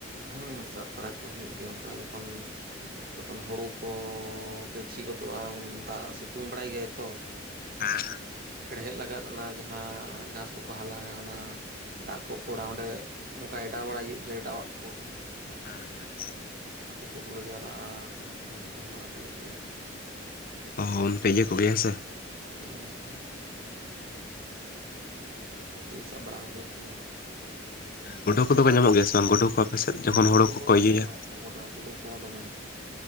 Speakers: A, on the right (about 50°); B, on the left (about 50°).
A: ᱦᱮᱸ ᱥᱟᱵ ᱵᱟᱲᱟ ᱠᱚ ᱦᱩᱭᱩᱜ ᱜᱮᱭᱟ ᱚᱱᱠᱟ ᱡᱚᱠᱷᱚᱱ ᱡᱚᱠᱷᱚᱱ ᱦᱩᱲᱩ ᱠᱚ ᱜᱟᱹᱪᱷᱤ ᱜᱚᱫᱚᱜᱼᱟ, ᱩᱱ ᱫᱟᱜ ᱥᱤᱛᱩᱝ ᱵᱟᱲᱟᱭ ᱜᱮᱭᱟᱭ ᱛᱚ᱾
B: <unintelligible>
A: ᱦᱮᱲᱦᱮᱫ ᱞᱟᱜᱟᱫ ᱚᱱᱟ ᱡᱟᱸᱦᱟᱸ ᱜᱷᱟᱸᱥ ᱠᱚᱠᱚ ᱦᱟᱞᱟᱝ-ᱟ ᱚᱱᱟ ᱫᱟᱜ ᱠᱚ ᱯᱷᱳᱲᱟ ᱚᱸᱰᱮ, ᱚᱱᱠᱟ ᱮᱰᱟᱣ ᱵᱟᱲᱟᱭ ᱦᱩᱭᱩᱜ ᱜᱮᱭᱟ ᱮᱰᱟᱣᱟᱜ ᱠᱚ᱾
B: ᱦᱮᱸ ᱦᱮᱸ
A: ᱦᱟᱹᱠᱩ ᱠᱚ ᱵᱚᱞᱚ ᱡᱟᱣᱨᱟᱜᱼᱟ ᱩᱱ ᱥᱚᱢᱚᱭ ᱡᱚᱢ ᱵᱟᱲᱟ ᱠᱚ ᱦᱩᱭᱩᱜ ᱜᱮᱭᱟ᱾
B: ᱚᱢ ᱯᱮ ᱤᱭᱟᱹ ᱠᱚᱜᱮᱭᱟ ᱥᱮ᱾
A: ᱦᱮᱸ ᱩᱱ ᱥᱟᱵ ᱵᱟᱲᱟ ᱠᱚᱜᱮᱭᱟ ᱩᱱ ᱥᱚᱢᱚᱭ᱾
B: ᱜᱩᱰᱩ ᱠᱚᱫᱚ ᱠᱚ ᱧᱟᱢᱚᱜ ᱜᱮᱭᱟ ᱵᱟᱝ, ᱜᱩᱰᱩ ᱠᱚ? ᱟᱯᱮ ᱥᱮᱫ ᱡᱚᱠᱷᱚᱱ ᱦᱳᱲᱳ
A: ᱜᱩᱰᱩ
B: ᱠᱚᱠᱚ
A: ᱠᱚᱦᱚᱸ ᱫᱚᱢᱮ
B: ᱤᱭᱟᱹᱭᱟ
A: ᱧᱟᱢᱚᱜ ᱠᱚ ᱜᱩᱰᱩ ᱜᱩᱰᱩ ᱠᱚᱦᱚᱸ ᱫᱚᱢᱮ,